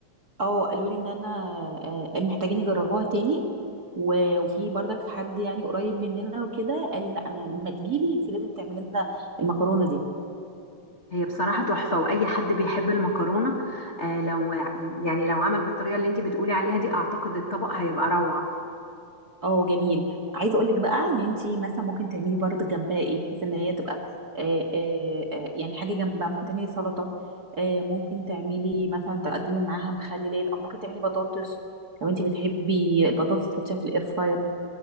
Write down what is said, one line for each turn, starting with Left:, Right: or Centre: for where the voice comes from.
Right: اه قالوا لي ان انا آه، محتاجين يجربوها تاني و- وفي برضك حد يعني قريب مننا وكده قال لي لا انا ما تجيلي انت لازم تعملي لنا المكرونه دي
Left: هي بصراحة تحفة وأي حد بيحب المكرونة آه لو يعني لو عمل بالطريقة اللي انتي بتقولي عليها دي أعتقد الطبق هيبقى روعة
Right: اه جميل وعايزه اقول لك بقى ان انت مثلا ممكن تعملي برضك جنبها ايه بحيث ان هي تبقى آه آه آه يعني حاجه جنبها ممكن تعملي سلطه آه ممكن تعملي مثلا تقدمي معاها مخللات او ممكن تعملي بطاطس لو انت بتحبي البطاطس تحطيها في الاير فراير